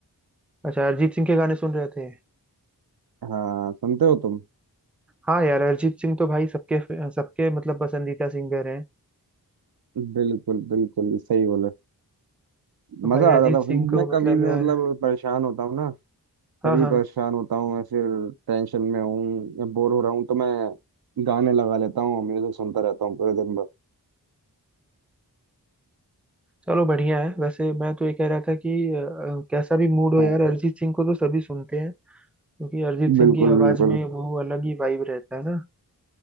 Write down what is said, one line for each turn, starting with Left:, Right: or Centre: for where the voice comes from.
Centre: अच्छा अरिजीत सिंह के गाने सुन रहे थे
Right: हाँ सुनते हो तुम
Centre: हाँ यार अरिजीत सिंह तो भाई सबके सबके मतलब पसंदीदा सिंगर हैं
Right: बिल्कुल बिल्कुल सही बोले मजा
Centre: भाई अरिजीत
Right: आ रहा था भाई
Centre: सिंह को
Right: मैं कभी
Centre: मतलब
Right: भी
Centre: यार
Right: मतलब परेशान होता हूँ ना
Centre: हाँ
Right: कभी
Centre: हाँ
Right: परेशान होता हूँ या फिर टेंशन में हूँ या बोर हो रहा हूँ तो मैं गाने लगा लेता हूँ म्यूजिक सुनता रहता हूँ पूरे दिन भर
Centre: चलो बढ़िया है वैसे मैं तो ये कह रहा था कि अ, कैसा भी मूड हो
Right: हाँ
Centre: यार अरिजीत सिंह को तो सभी सुनते हैं क्योंकि अरिजीत सिंह
Right: बिल्कुल
Centre: की आवाज
Right: बिल्कुल
Centre: में वो अलग ही वाइब रहता है ना